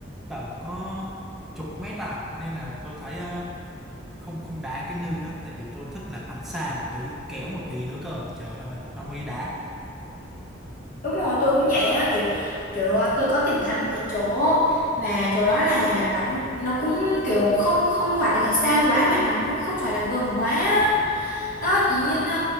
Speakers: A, in the centre; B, on the left (about 45°).
A: tầm có chục mét à nên là tôi thấy ờ, không không đá cái nư lắm tại vì tôi thích là bắn xa một tí kéo một tí nữa cơ trời ơi nó mới đá
B: đúng rồi tôi cũng vậy á kiểu kiểu ờ, tôi có tìm thấy một cái chỗ mà chỗ đó là bánh nó cũng kiểu không không phải là xa quá mà nó cũng không phải là gần quá á. đó tự nhiên ờ,